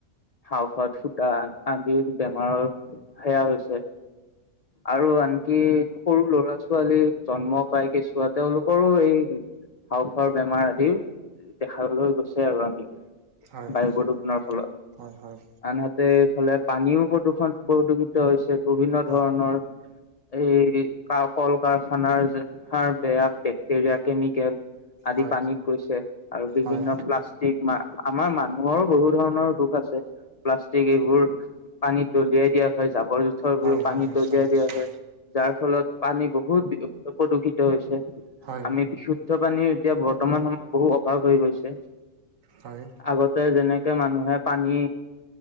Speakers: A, on the left (about 65°); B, on the right (about 70°).
A: হাওফাওত ফুটা, আদিৰ বেমাৰৰ সেয়া হৈছে। আৰু আনকি সৰু লৰা ছোৱালীৰ জন্মক পাই কেচুৱা, তেওঁলোকৰো এই হাউফাওৰ বেমাৰ আদি দেখাবলৈ গৈছে আৰু আমি,
B: হয়
A: বায়ু
B: নিশ্চয়
A: প্ৰদূৰষণৰ ফলত,
B: হয় হয়
A: আনহাতে এইফালে পানীও প্ৰদূষণ, প্ৰদূষিত হৈছে, বিভিন্ন
B: হয়
A: ধৰণৰ এই কল কাৰখানাৰাৰ বেয়া বেক্টেৰিয়া, কেমিকেল। আদি
B: হয়
A: পানীত গৈছে আৰু বিভিন্ন
B: হয়
A: প্লাচ ট্ৰিক, মা আমাৰ মানুহৰো বহু ধৰণৰ দোষ আছে। প্লাষ্টিক এইবোৰ পানীত দলিয়াই দিয়া হয়, জাবৰ জোথৰ
B: হয়
A: বোৰ পানীত
B: হয় নিশ্চয়
A: দলিয়াই
B: নিশ্চয়
A: দিয়া হয়। যাৰফলত পানী বহুত প্ৰদূষিত হৈছে,
B: হয়
A: আমি বিশুদ <unintelligible> পানী এতিয়া বৰ্তমান সময়ত বহু অভাৱ হৈ গৈছে।
B: হয়।
A: আগতে যেনেকে মানুহে পানী